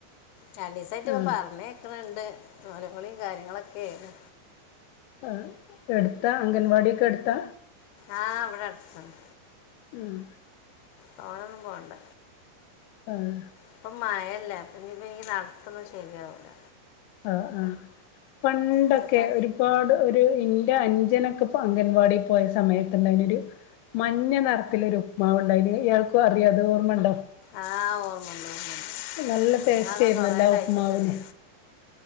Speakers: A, on the left; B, on the left.
A: രണ്ടീസായിട്ട് ഇപ്പൊ
B: ആ
A: പറഞ്ഞേക്ക്ണിണ്ട് നൊലോളിം കാര്യങ്ങളൊക്കേണ്
B: ആഹ് എടുത്താ അംഗൻവാടിയൊക്കെ എടുത്താ
A: ആ ആ ഇവിടെ അടുത്താണ്
B: ഉം
A: തോനൊന്നും പോണ്ട
B: ആഹ്
A: ഇപ്പ മഴല്ലേ അപ്പഞ്ഞ്പ്പം ഈ നടത്തൊന്നും ശരിയാവൂല
B: ആ ആഹ് പണ്ടൊക്കെ
A: ഞങ്ങൾക്ക്
B: ഒരുപാട് ഒരു ഇന്റെ അഞ്ചനൊക്കപ്പ അംഗൻവാടി പോയ സമയത്ത് ഇണ്ടായ്നി ഒരു മഞ്ഞ നറത്തിലൊരു ഉപ്പ്മാവ് ഇണ്ടായിനി ഇയാൾക്കു അറിയൊ അത് ഓർമ്മണ്ടോ
A: ആഹ് ഓർമ്മണ്ട് ഓർമ്മണ്ട്
B: നല്ല ടേസ്റ്റ്
A: ഞാ ഒക്കെ
B: ആയിരുന്നല്ലോ
A: കൊറേ
B: ആ
A: കഴിച്ചിട്ടുണ്ട്
B: ഉപ്പ്മാവിന്